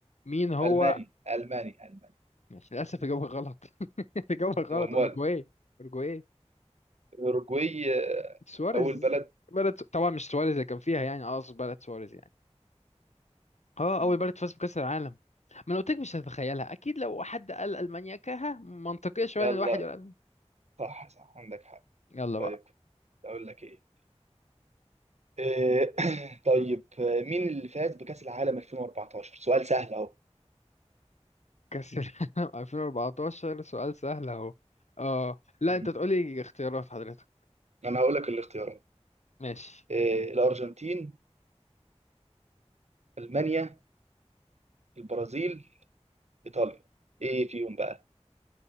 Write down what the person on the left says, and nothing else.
مين هو
مش للأسف إجابة غلط <laughs> إجابة غلط
أورجواي أورجواي
سواريز
بلد طبعا مش سواريز اللي كان فيها يعني أقصد بلد سواريز يعني اه
أول بلد فاز بكأس العالم ما أنا قلت لك مش هتتخيلها أكيد لو حد قال ألمانيا كها منطقية شوية
إن الواحد يقول ألمانيا
يلا
بقى
كأس العالم <laughs> 2014 سؤال سهل أهو اه لا
أنت تقولي اختيارات حضرتك
ماشي